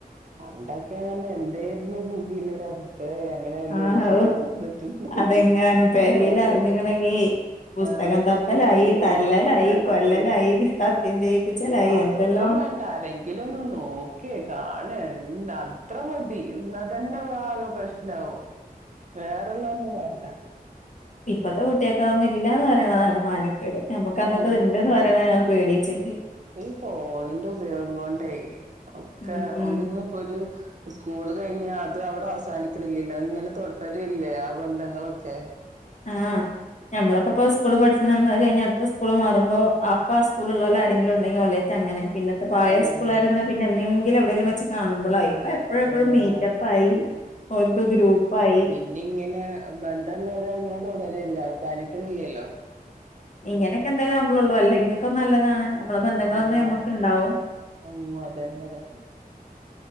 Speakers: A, on the right (about 50°); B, on the left (about 50°).
A: പണ്ടൊക്കെർഞ്ഞ എന്തേര്ന്നു പുകില് റബ് റബ്ബേ അങ്ങനെ വല്ല
B: ആഹ്
A: വിഷയം വന്നിട്ട് ണ്ടെങ്കി
B: അതെങ്ങാനും പെരേൽ
A: പറയേണ്ട
B: അറിഞ്ഞിക്കണെങ്കി പുസ്തകം
A: അറിഞ്ഞിട്ടുണ്ടെങ്കി
B: തപ്പലായി
A: ഭൂകമ്പം
B: തല്ലലായി
A: ണ്ടാക്കും
B: കൊല്ലലായി
A: വീട്ട്ല്
B: സത്യം ചെയ്യിപ്പിച്ചലായി
A: ഇഞ്ഞി പ്പ അതൊന്നും
B: എന്തെല്ലാം
A: വേണ്ട ആരെങ്കിലും ഒന്നും നോക് നോക്കെ കാണെ ന്താ അത്ര മതി എന്നാ തന്നെ ഭാ ആകെ പ്രശ്നാവും വേറെള്ളത് ഒന്നും വേണ്ട
B: ഇപ്പത്തെ കുട്ട്യേക്ക് അത് ഒന്നും ഇല്ലാന്ന് പറയ്ണതാണ് മാനക്കേട് നമ്മക്കന്നൊക്കെ
A: ആഹ്
B: അത് ണ്ട്ന്ന് പറയ്ണാണ് പേടീച്ചങ്കി
A: ഈ ഫോണിന്റെ ഉപയോഗം കൊണ്ടേയ് ഒക്കെ
B: ഉം
A: ഒന്നും പ്പോ ഒര് സ്കൂള് കഴിഞ്ഞ അത് അവ്ടെ അവസാനിക്ക്ണ്ല്ല്യല്ലോ അങ്ങനെ തുടരല്ലേ ആ ബന്ധങ്ങളൊക്കെ
B: ആഹ് ഞ്ഞമ്മളൊക്ക പ്പോ സ്കൂൾ പഠിച്ണ അന്ന് അത് കഴിഞ്ഞ് അടുത്ത് സ്കൂള് മാറുമ്പോ അപ്പ ആ സ്കൂള് ഉള്ളോലെ ആരെങ്കിലും ഉണ്ടെങ്കി ഒലേയ്റ്റ് അങ്ങനെ പിന്നത്തെ പഴയ
A: അങ്ങനെണ്
B: സ്കൂളായിരുന്ന പിന്നെ എന്നെങ്കില് എവ്ടേലും വെച്ച് കാണുമ്പളായി ഇപ്പ എപ് പ്പോഴ എപ്പോഴും
A: ആഹ്
B: മീറ്റപ്പായി ഓല്ക്ക് ഗ്രൂപ്പായി
A: ഇന്നി ഇങ്ങനെ ബന്ധമുള്ളവര അങ്ങ തുടരല്ല അവസാനിക്കുന്നില്ലല്ലോ
B: ഇങ്ങനെയൊക്കെ എന്തോലു ആവുമ്പളള്ളൂ അല്ലെങ്കിലൊക്കെ നല്ലതാണ് നമ്മളെ ബന്ധങ്ങളൊന്നും
A: ആഹ്
B: നമ്മക്ക് ഉണ്ടാവും
A: ഉം അതന്നെ അതന്നെ